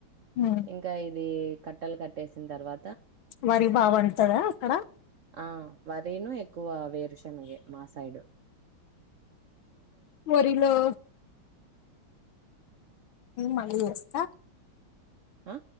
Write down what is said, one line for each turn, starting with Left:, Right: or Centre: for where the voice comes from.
Left: ఉమ్
Right: ఇంకా ఇది కట్టలు కట్టేసిన తర్వా
Left: వరి బా వండుతద అక్కడ
Right: ఆ వరీను ఎక్కువ వే వేరుశనగే మాసైడు
Left: వరిలో మళ్ళీ చేస్తా
Right: అ